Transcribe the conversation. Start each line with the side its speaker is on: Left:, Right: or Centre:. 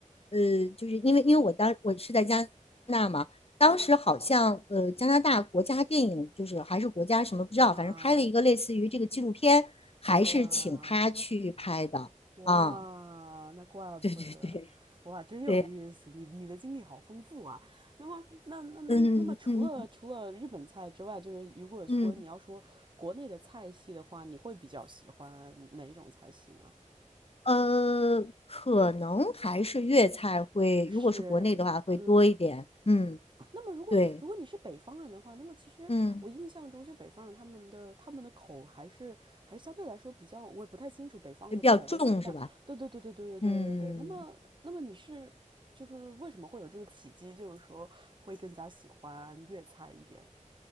Left: 呃，就是因为因为我当我是在加拿大嘛，当时好像呃加拿大国家电影就是还是国家什么不知道，
Right: 嗯，哇
Left: 反正拍了一个类似于这个纪录片，还是请他去拍的啊，
Right: 哇。哇，那怪不得，
Left: 对对对
Right: 哇，真有意思，
Left: 对，
Right: 你你的经历好丰富啊。那么，那那那么那么，
Left: 嗯嗯
Right: 除了除了日本菜之外，就是如果说你要说国内的菜系的话，
Left: 嗯，
Right: 你会比较喜欢哪一种菜系呢？
Left: 呃，可能还是粤菜会，
Right: 是，
Left: 如果是国内的话会多一点，
Right: 嗯，
Left: 嗯，
Right: 那么，如果如果你是北方人的话，
Left: 对，
Right: 那么其实我印象中，
Left: 嗯，
Right: 就北方人他们的他们的口还是还是相对来说比较，我也不太清楚北方的口味是这样。
Left: 比较重是吧？
Right: 对对对对对对对对对。
Left: 嗯，
Right: 那么，那么你是就是为什么会有这个契机，就是说会更加喜欢粤菜一点？